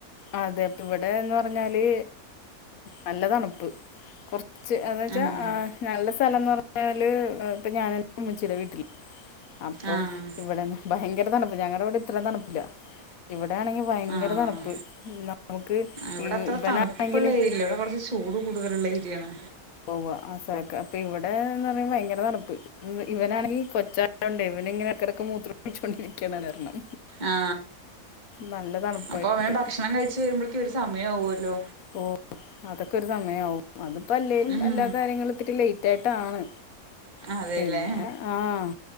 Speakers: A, on the left; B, on the right.
A: അതെ അപ്പൊ ഇവിടെന്ന് പറഞ്ഞാല് നല്ല തണുപ്പ് കൊറച്ച് എന്ന് വെച്ചാ
B: ആഹ്
A: നല്ല സ്ഥലം എന്ന് പറഞ്ഞാല് ഇപ്പൊ ഞാൻ ഇമ്മിച്ചിടെ വീട്ടില് അപ്പം
B: ആഹ്
A: ഇവിടെ ഭയങ്കര തണുപ്പ് ഞങ്ങടെ അവിടെ ഇത്രയും തണുപ്പില്ല ഇവിടെയാണെങ്കി ഭയങ്കര
B: ആഹ്
A: തണുപ്പ് നമുക്ക്
B: ഇവിടെ
A: ഈ
B: അത്ര
A: ഇവനാണെങ്കില്
B: തണുപ്പുള്ള ഏരിയല്ല ഇവിടെ കുറച്ച് ചൂട് കൂടുതലുള്ള ഏരിയാണ്
A: ഉവ്വാ ആ സ്ഥലക്കെ അപ്പൊ ഇവിടെ എന്ന് പറ ഭയങ്കര തണുപ്പ് ഇവനാണെങ്കിൽ കൊച്ചായോണ്ട് ഇവൻ ഇങ്ങനെ എടക്കടൊക്കെ മൂത്രം ഒഴിച്ചോണ്ടിരിക്കാണ് അത് കാരണം
B: ആ
A: നല്ല തണുപ്പായിട്ട്
B: അപ്പൊ അവന് ഭക്ഷണം കഴിച്ചു വരുമ്പോഴക്ക് ഒരു സമയം ആവുല്ലോ
A: ഓ അതൊക്കെ ഒരു സമയാവും അതിപ്പോ അല്ലേലും
B: ഉം
A: എല്ലാ കാര്യങ്ങളും ഇത്തിരി ലേ ലേറ്റാട്ടാണ്
B: അതെല്ലേ
A: പിന്നെ ആഹ്